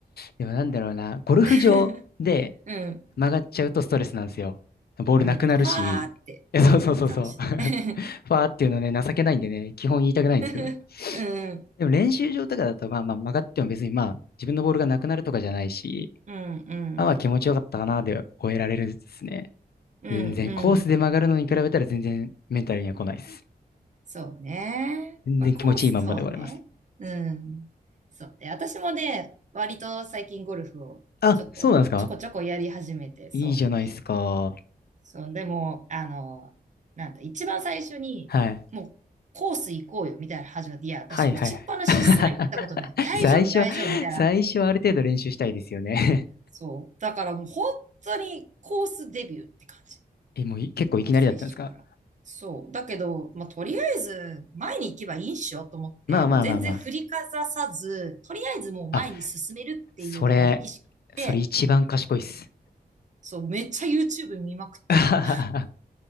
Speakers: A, on the left; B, on the right.
A: でもなんだろうな。ゴルフ場で
B: <laughs> うん。
A: 曲がっちゃうとストレスなんですよ。ボールなくなるし、
B: うん。ファーって言わないかもしれん。
A: え、そうそうそうそう。<laughs> ファーっていうのね、情けないんでね、基本言いたくないんですけど。
B: <laughs> うん、
A: でも練習場とかだと、まあまあ曲がっても別にまあ自分のボールがなくなるとかじゃないし、
B: うん、うん、
A: まあまあ気持ちよかったかなで終えられるんですね。
B: うん、
A: 全然コースで曲がるのに比べたら全然メンタルには来ないです。
B: うん。そうね。
A: 全然気持ちいいまんまで終われます。
B: まあ、コース、そうね。うん。そうね。私もね、割と最近ゴルフをちょっとちょこちょこやり始めて、
A: あ、そうなんですか
B: そう。
A: いいじゃないですか。
B: そう、でも、あの、なんだ、一番最初に、
A: はい。
B: もう、コース行こうよ、みたいなの始まって、いや、私、
A: はいはいはい。
B: 打ちっぱなしすら行ったことない。
A: <laughs>
B: 大丈夫、
A: 最初、
B: 大丈夫、みたいな
A: 最初はある程度練習したいですよね
B: そう。だからもう本当にコースデビューって感じ。
A: <laughs> え、もうい結構いきなりだったんですか
B: もう最初から。そう。だけど、まあ、とりあえず、前に行けばいいんしよと思って、
A: まあまあまあま
B: もう全然振りかざさず、とりあえずもう前に進めるっていうのを意識して、
A: あ。あ、それ、それ一番賢いっす。
B: そう、めっちゃ YouTube 見まくったもん。
A: <laughs>